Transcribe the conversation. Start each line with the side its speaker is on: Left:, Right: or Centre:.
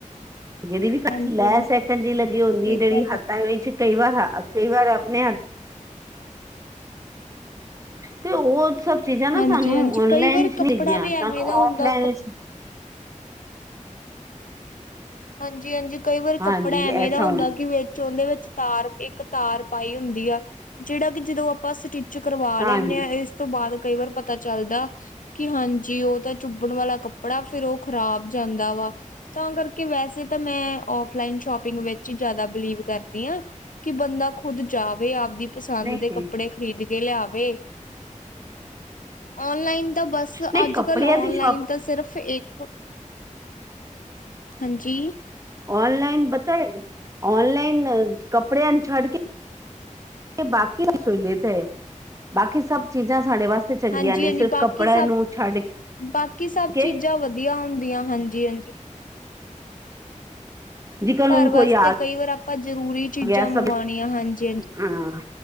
Right: ਜਿਹੜੀ ਵੀ
Left: ਹਾਂਜੀ-ਹਾਂਜੀ
Right: ਲੈਸ ਇਥੇ ਹੱਥਾਂ ਤੇ ਜੀ ਲੱਗੀ ਹੁੰਦੀ ਹੈ
Left: ਇਹ
Right: ਜਿਹੜੀ
Left: ਤਾਂ
Right: ਹੱਥਾਂ ਵਿੱਚ ਕਈ ਵਾਰ ਹ ਕਈ ਵਾਰ ਆਪਣੇ ਹਥ ਤੇ ਉਹ ਸਭ ਚੀਜ਼ਾਂ ਨਾ
Left: ਹਾਂਜੀ-ਹਾਂਜੀ
Right: ਸਾਨੂੰ ਔਨਲਾਈਨ
Left: ਕਈ ਵਾਰ
Right: ਦਿਖਦੀ
Left: ਕੱਪੜਾ ਵੀ
Right: ਆ
Left: ਐਵੇਂ
Right: ਸਾਨੂੰ
Left: ਦਾ ਹੁੰਦਾ
Right: ਆਫਲਾਈਨ
Left: ਕੱ
Right: ਚ ਨਹੀਂ ਦਿਖਦੀਆਂ।
Left: ਹਾਂਜੀ ਹਾਂਜੀ ਕਈ ਵਾਰ
Right: ਹਾਂਜੀ
Left: ਕੱਪੜਾ ਐਵੇਂ
Right: ਐਸਾ
Left: ਦਾ ਹੁੰਦਾ ਕਿ ਓਹਦੇ ਵਿੱਚ ਤਾਰ ਇੱਕ ਤਾਰ ਪਾਈ ਹੁੰਦੀ ਆ ਜਿਹੜਾ ਕਿ ਜਦੋਂ ਆਪਾਂ ਸ ਚ ਕਰਵਾ
Right: ਹਾਂਜੀ
Left: ਲੈਂਦੇ ਆਾਂ ਇਸ ਤੋਂ ਬਾਅਦ ਕਈ ਵਾਰ ਪਤਾ ਚੱਲਦਾ ਕਿ ਹਾਂਜੀ ਉਹ ਤਾਂ ਚੁੱਬਣ ਵਾਲਾ ਕੱਪੜਾ ਫੇਿਰ ਉਹ ਖ਼ਰਾਬ ਜਾਂਦਾ ਵਾ ਤਾਂ ਕਰਕੇ ਕਿ ਵੈਸੇ ਤਾਂ ਮੈਂ ਫਲਾਈਨ ਸ਼ੋਪਿੰਗ ਵਿੱਚ ਹੀ ਜ਼ਿਆਦਾ ਬਿਲੀਵ ਕਰਦੀ ਹਾਂ ਕਿ ਬੰਦਾ ਖੁੱਦ ਜਾਵੇ ਆਪਦੀ ਪਸੰਦ
Right: ਨਹੀਂ
Left: ਦੇ
Right: ਨਹੀਂ
Left: ਕੱਪੜੇ ਖ਼ਰੀਦ ਕੇ ਲਿਆਵੇ ਔਨਲਾਈਨ ਤਾਂ ਬਸ
Right: ਨਹੀਂ
Left: ਅੱਜ
Right: ਕੱਪੜਿਆਂ
Left: ਕੱਲ ਔਨਲਾਈਨ
Right: ਦੀ ਸ਼ੋਪ
Left: ਤਾਂ ਸਿਰਫ ਇੱਕ ਹਾਂਜੀ
Right: ਔਨਲਾਈਨ ਬਤਾਏ ਔਨਲਾਈਨ ਕੱਪੜੇ ਅ ਛੜ ਕੇ ਬਾਕੀ ਸੂਲੀਅਤ ਹੈ ਬਾਕੀ ਸਬ ਚੀਜ਼ਾਂ ਸਾਡੇ ਵਾਸਤੇ ਚੰਗੀਆਂ
Left: ਹਾਂਜੀ
Right: ਨੇ
Left: ਹਾਂਜੀ
Right: ਸਿਰਫ
Left: ਬਾਕੀ
Right: ਕੱਪੜਿਆਂ
Left: ਸਭ
Right: ਨੂੰ ਛੱਡ
Left: ਬਾਕੀ ਸਭ
Right: ਕੇ
Left: ਚੀਜ਼ਾਂ ਵਧੀਆ ਹੁੰਦੀਆਂ ਹਾਂਜੀ ਹਾਂਜੀ
Right: ਜਿਕਨ
Left: ਘਰ
Right: ਹੁਣ
Left: ਵਾਸਤੇ
Right: ਕੋਈ ਆ
Left: ਕਈ ਵਾਰ ਆਪਾਂ ਜਰੂਰੀ ਚੀਜ਼ਾਂ
Right: ਗਿਆ
Left: ਮੰਗਉਣੀਆਂ
Right: ਸਭ
Left: ਹਾਂਜੀ ਹਜੀ
Right: ਹਾਂ